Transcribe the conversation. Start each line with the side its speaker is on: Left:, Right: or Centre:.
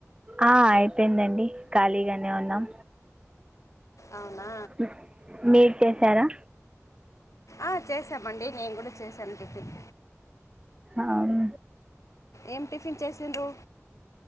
Right: ఆ అయిపోయిందండి ఖాళీగానే ఉన్నాం
Left: అవునా
Right: మ్, మీరు చేశారా
Left: ఆహ్ చేసామండి నేను కూడా చేసాను టిఫిన్
Right: అవును
Left: ఏం టిఫన్ చేసిండ్రు